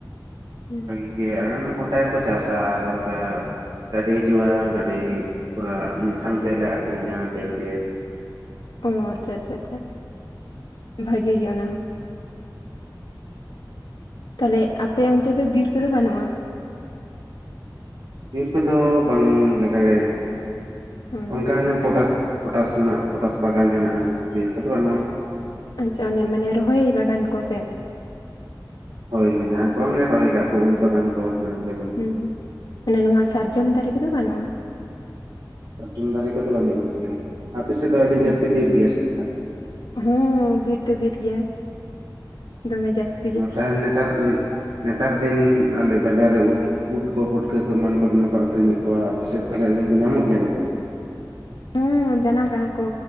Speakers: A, on the left; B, on the right.
A: ᱦᱩᱸ
B: <unintelligible>
A: ᱾
B: ᱜᱚᱴᱟ ᱜᱮᱠᱚ ᱪᱟᱥ ᱟᱨ ᱚᱱᱠᱟ ᱜᱟᱹᱰᱤ ᱦᱤᱡᱩᱜᱼᱟ ᱜᱟᱹᱰᱤ ᱯᱩᱨᱟᱹ ᱢᱤᱫ ᱥᱟᱶ ᱛᱮᱞᱮ ᱟᱠᱷᱨᱤᱧᱟ ᱰᱷᱮᱨ, ᱰᱷᱮᱨ
A: ᱚ ᱟᱪᱷᱟ, ᱪᱷᱟ, ᱪᱷᱟ ᱵᱷᱟᱜᱤ ᱜᱮ ᱚᱱᱟ ᱦᱚᱸ ᱾ ᱛᱟᱦᱚᱞᱮ ᱟᱯᱮ ᱚᱱᱛᱮ ᱫᱚ ᱵᱤᱨ ᱠᱚᱫᱚ ᱵᱟᱹᱱᱩᱜᱼᱟ?
B: ᱵᱤᱨ ᱠᱚᱫᱚ ᱵᱟᱝ ᱞᱮᱠᱟᱜᱮ
A: ᱦᱮᱸ
B: ᱚᱱᱠᱟᱱ ᱯᱚᱴᱟᱥ ᱯᱚᱴᱟᱥ ᱨᱮᱱᱟᱜ ᱯᱚᱴᱟᱥ ᱵᱟᱜᱟᱱ ᱦᱮᱱᱟᱜᱼᱟ ᱵᱤᱨ ᱠᱚᱫᱚ ᱵᱟᱹᱱᱩᱜᱼᱟ ᱾
A: ᱟᱪᱪᱷᱟ ᱚᱱᱮ ᱢᱟᱱᱮ ᱨᱚᱦᱚᱭ ᱵᱟᱜᱟᱱ ᱠᱚ ᱥᱮ
B: ᱦᱳᱭ ᱦᱳᱭ ᱡᱟᱦᱟᱸ ᱛᱚᱞᱜᱮ ᱛᱟᱸᱦᱮ ᱠᱟᱜ ᱠᱚ ᱩᱞ ᱵᱟᱜᱟᱱ ᱠᱚ ᱦᱮᱸ ᱡᱮᱢᱚᱱ
A: ᱦᱩᱸ ᱦᱩᱸ ᱱᱚᱣᱟ ᱥᱟᱨᱡᱚᱢ ᱫᱟᱨᱮ ᱠᱚᱫᱚ ᱵᱟᱹᱱᱩᱜᱼᱟ ᱾
B: ᱥᱟᱨᱡᱩᱢ ᱫᱟᱨᱮ ᱠᱚᱫᱚ ᱵᱟᱹᱱᱩᱜ ᱟᱠᱟᱫᱟ ᱾ ᱟᱯᱮ ᱥᱮᱫ ᱫᱚ ᱟᱹᱰᱤ
A: ᱚ
B: ᱡᱟᱹᱥᱛᱤ ᱵᱤᱨᱤ ᱜᱮᱭᱟ ᱥᱮᱛᱟ
A: ᱦᱚᱸ ᱵᱤᱨ ᱫᱚ ᱵᱤᱨ ᱜᱮᱭᱟ ᱫᱚᱢᱮ ᱡᱟᱹᱥᱛᱤ ᱾
B: ᱛᱟᱸᱦᱮ ᱞᱮᱠᱟᱱ ᱱᱮᱛᱟᱨ ᱫᱤᱱ ᱟᱞᱮ ᱵᱟᱡᱟᱨ ᱨᱮ ᱩᱫᱼᱼ ᱩᱫ ᱠᱚ ᱯᱩᱴᱠᱟᱹ ᱠᱚ ᱮᱢᱟᱱ ᱠᱚ ᱫᱚᱢᱮ ᱠᱚ ᱟᱠᱷᱨᱤᱧᱮᱫ ᱠᱚᱣᱟ ᱟᱯᱮᱥᱮᱫ ᱛᱟᱦᱚᱞᱮ ᱩᱱᱠᱩ ᱧᱟᱢᱚᱜ ᱜᱮᱭᱟ ᱠᱚᱛᱚ ᱾
A: ᱦᱮᱸ ᱡᱟᱱᱟᱢ ᱠᱟᱱᱟ ᱠᱚ